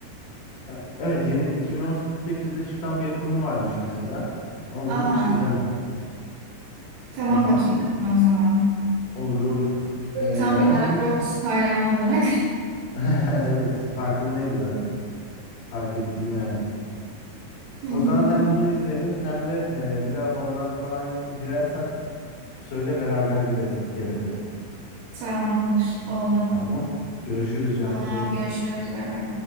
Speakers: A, on the left (about 65°); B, on the right (about 75°).
A: E, Evet yeni 2018'de çıkan bir yapımı varmış mesela. Ama
B: Aa
A: bunu hiç izlemedim.
B: tamam
A: Hı hı.
B: bakayım ben buna o zaman.
A: Olur olur. E,
B: Tam bir
A: hem
B: Lara
A: bunu
B: Croft hayranı olarak.
A: <laughs> evet farkındayım zaten. Fark ettim yani.
B: <laughs> Hı hı,
A: O zaman hem bunu izleyelim hem de e, bir daha Valorant falan girersen söyle beraber gireriz bir kere de.
B: Tamamdır oldu.
A: Tamam. Tamam. Görüşürüz Cansu.
B: Tamam görüşürüz. Bay bay.